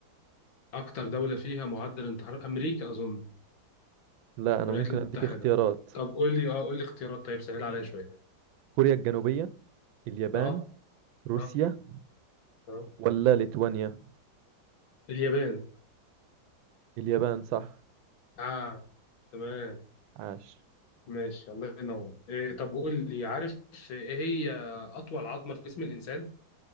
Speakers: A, on the left (about 80°); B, on the right (about 80°).
A: أكتر دولة فيها معدل انتحار أمريكا أظن
B: لا أنا
A: الولايات
B: ممكن
A: المتحدة
B: أديك اختيارات
A: طب قول لي أه قول لي اختيارات طيب سهل عليا شوية
B: كوريا الجنوبية اليابان
A: أه
B: روسيا
A: أه أه
B: ولا ليتوانيا
A: اليابان
B: اليابان صح
A: أه تمام
B: عاش
A: ماشي الله ينور إيه طب قول لي عارف إيه هي أطول عظمة في جسم الإنسان؟